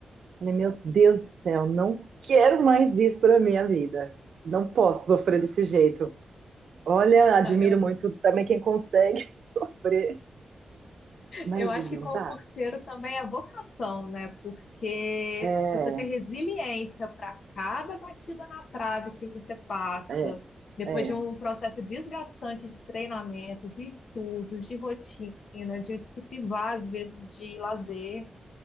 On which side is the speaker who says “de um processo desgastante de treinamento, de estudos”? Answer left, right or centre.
Left